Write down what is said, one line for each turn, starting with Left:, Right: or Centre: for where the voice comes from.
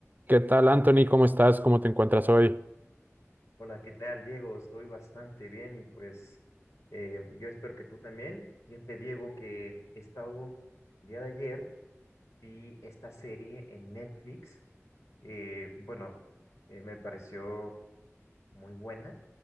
Right: ¿Qué tal, Anthony? ¿Cómo estás? ¿Cómo te encuentras hoy?
Left: Hola, ¿qué tal, Diego? Estoy bastante bien y pues eh, yo espero que tú también. Fíjate, Diego, que he estado, el día de ayer vi esta serie en Netflix. eh, bueno, eh, me pareció muy buena,